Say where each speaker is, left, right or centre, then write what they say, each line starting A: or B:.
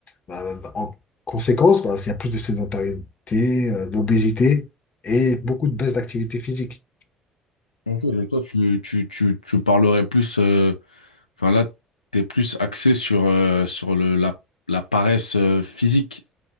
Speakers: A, on the left; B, on the left.
A: Bah, en conséquence, bah, il y a plus de sédentarité, euh, d'obésité et beaucoup de baisse d'activité physique.
B: Ok, Donc toi, tu, tu, tu, tu parlerais plus, euh, enfin là, t'es plus axé sur, euh, sur le, la, la paresse euh, physique.